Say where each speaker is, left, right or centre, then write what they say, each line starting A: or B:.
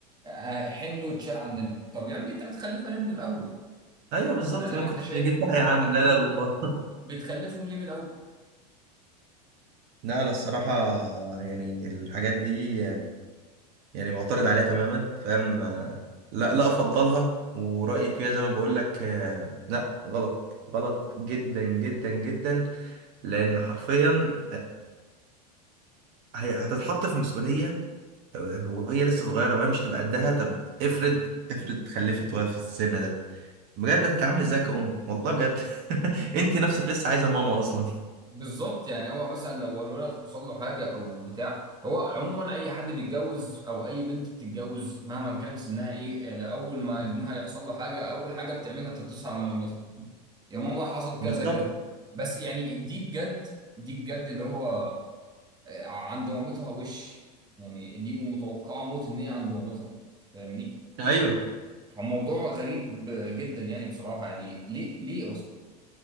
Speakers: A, on the right; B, on the right.
A: آه، حمل واتشال عندنا طب يا ابني انت بتخلفها ليه من الاول؟
B: ايوه بالظبط
A: ادام
B: ما
A: انت
B: كنت
A: شايف
B: جبتها
A: ان هم
B: يا عم
A: كده حمل
B: لا لا الله
A: بت-
B: <laughs>
A: بتخلفهم ليه من الاول؟
B: لا انا الصراحه يعني الحاجات دي يعني معترض عليها تماما فاهم آه، لا لا افضلها ورايي فيها زي ما بقول لك آه، لا غلط غلط جدا جدا جدا لان حرفيا هي- هتتحط في مسؤولية آه، وهي لسه صغيرة وهي مش تبقى قدها طب افرض افرض خلفت وهي في السن ده بجد هتتعامل ازاي كأم والله بجد <laughs> انت نفسك لسه عايزة ماما اصلا
A: بالظبط يعني هو مثلا لو الولد حصل له حاجه او بتاع هو عموما اي حد بيتجوز او اي بنت بتتجوز مهما كان سنها ايه آه، اول ما ابنها يحصل له حاجه اول حاجه بتعملها تتصل على مامتها يا ماما حصل كذا
B: بالظبط
A: كذا بس يعني دي بجد دي بجد اللي هو آه، عند مامتها وش يعني دي متوقعة موت ان هي عند مامتها فاهمني
B: ايوه
A: فالموضوع غريب جدا يعني بصراحة يعني ليه ليه اصلا